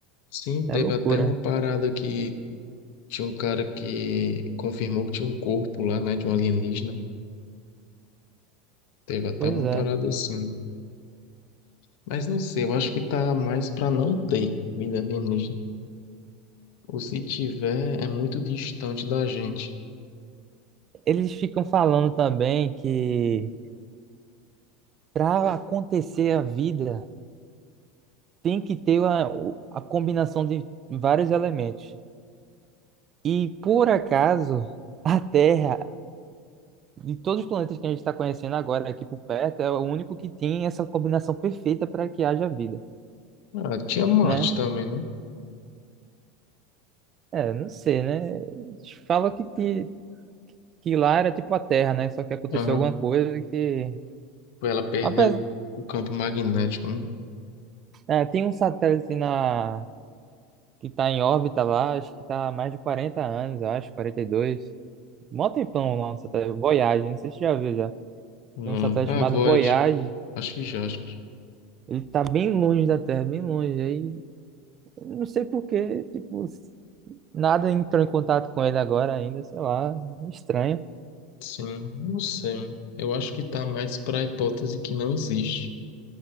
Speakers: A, on the left; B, on the right.
A: Sim,
B: É
A: teve
B: loucura.
A: até uma parada que Tinha um cara que confirmou que tinha um corpo lá, né, de um alienígena. Teve até
B: Pois
A: uma
B: é.
A: parada assim. Mas não sei, eu acho que tá mais pra não ter vida alienígena. Ou se tiver, é muito distante da gente.
B: Eles ficam falando também que para acontecer a vida tem que ter a, o- a combinação de vários elementos. E por acaso, a Terra, de todos os planetas que a gente está conhecendo agora aqui por perto, é o único que tem essa combinação perfeita para que haja vida,
A: Ah, tinha Marte
B: né?
A: também, né?
B: É, não sei, né? Fala que, te- que lá era tipo a Terra, né? Só que aconteceu
A: Aham.
B: alguma coisa que.
A: Ela perdeu
B: Apesar,
A: o campo magnético, né?
B: é, tem um satélite na... que está em órbita lá, acho que está há mais de 40 anos, eu acho, quarenta e dois, Mó tempão lá no satélite, Voyage, não sei se você já viu já.
A: Não.
B: Tem um satélite
A: Ah,
B: chamado
A: Void.
B: Voyage.
A: Acho que já, acho que.
B: Ele tá bem longe da Terra, bem longe. Aí, não sei por quê, tipo, nada entrou em contato com ele agora ainda, sei lá. Estranho.
A: Sim, não sei. Eu acho que tá mais pra hipótese que não existe.